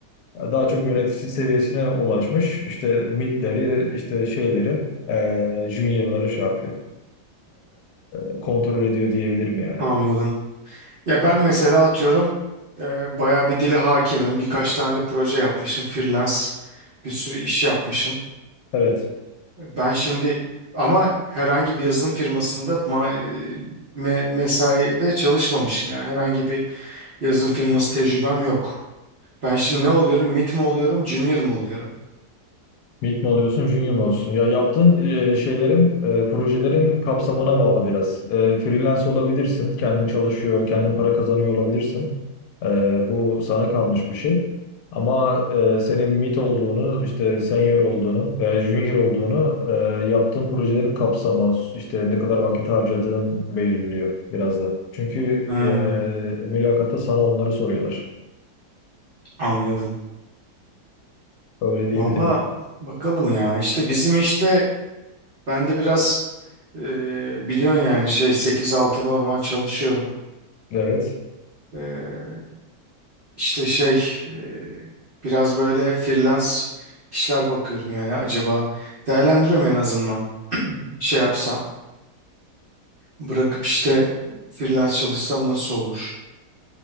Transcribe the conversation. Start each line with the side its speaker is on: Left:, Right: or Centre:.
Left: daha çok yönetici seviyesine ulaşmış. İşte midleri, işte şeyleri, e, juniorları şey yapıyor e, kontrol ediyor diyebilirim yani.
Right: anladım. Ya ben mesela atıyorum e, bayağı bir dile hakimim. Birkaç tane de proje yapmışım. Freelance bir sürü iş yapmışım.
Left: Evet.
Right: Ben şimdi ama herhangi bir yazılım firmasında ma, e, me, mesaide çalışmamışım. Yani herhangi bir yazılım firması tecrübem yok. Ben şimdi ne oluyorum? Mid mi oluyorum? Junior mu oluyorum?
Left: Mid mi oluyorsun, junior mu oluyorsun? Ya yaptığın e, şeylerin, e, projelerin kapsamına bağlı biraz. E, freelance olabilirsin, kendin çalışıyor, kendin para kazanıyor olabilirsin. E, bu sana kalmış bir şey. Ama e, senin mid olduğunu, işte senior olduğunu veya junior olduğunu e, yaptığın projelerin kapsamı, işte ne kadar vakit harcadığın belirliyor biraz da. Çünkü
Right: Hmm,
Left: e, mülakatta sana onları soruyorlar.
Right: anladım.
Left: Öyle diyebilirim.
Right: Valla bakalım ya. İşte bizim işte Ben de biraz e, biliyorsun yani şey sekiz altı normal çalışıyorum.
Left: Evet.
Right: E, işte şey e, biraz böyle freelance işler bakıyorum yani acaba değerlendiriyorum en azından. Şey yapsam bırakıp işte freelance çalışsam nasıl olur?